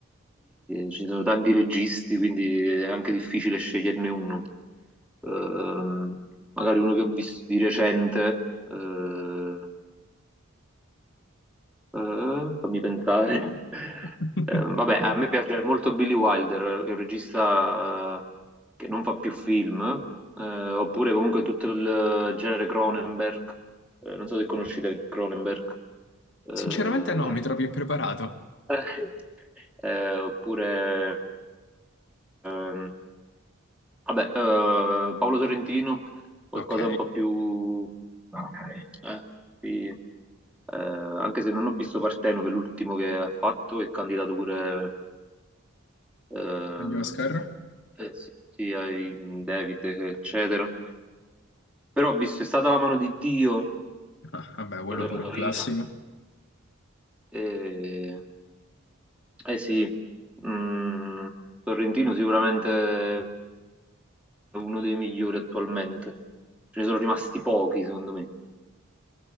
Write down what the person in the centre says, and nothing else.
ci sono tanti registi, quindi è anche difficile sceglierne uno. Ehm, magari uno che ho visto di recente, eh, eh, fammi pensare. <laughs>
Eh, vabbè, a me piace molto Billy Wilder, che è un regista che non fa più film, eh, oppure comunque tutto il genere Cronenberg. Eh, non so se conosci David Cronenberg. Eh,
<laughs> eh, oppure ehm, Vabbè, eh, Paolo Sorrentino, qualcosa
un po' più... eh, sì, eh, anche se non ho visto Parteno, che è l'ultimo che ha fatto, è candidato pure ehm,
eh, sì, sì, ai David, eccetera. Però ho visto È stata la mano di Dio,
quello era
carino.
Eh, eh sì, mm, Sorrentino sicuramente è uno dei migliori attualmente. Ce ne sono rimasti pochi, secondo me.